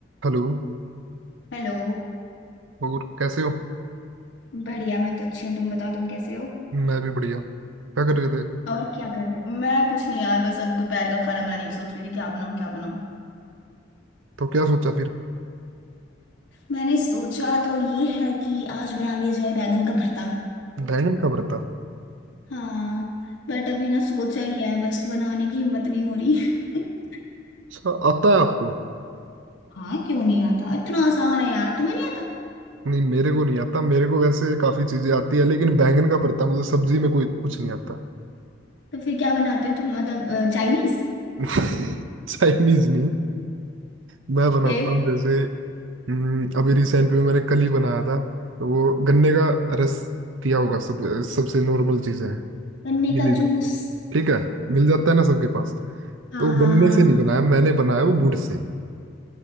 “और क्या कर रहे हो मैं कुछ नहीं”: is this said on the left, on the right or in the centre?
Left